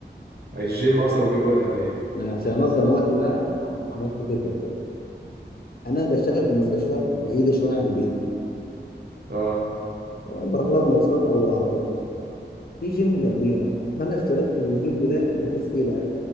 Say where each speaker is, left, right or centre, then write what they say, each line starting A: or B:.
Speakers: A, on the right; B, on the left.
A: الجيم اصلا بيجيب له وقت من ايه
B: ما انا عشان انظم وقتي بقى عم- عملت فكره كده انا بشتغل في مستشفى بعيده شويه عن بيتي
A: اه
B: بروح لها مواصلات او بالعربيه في جيم جنبيها فانا اشتركت في الجيم ده بحيث ايه بقى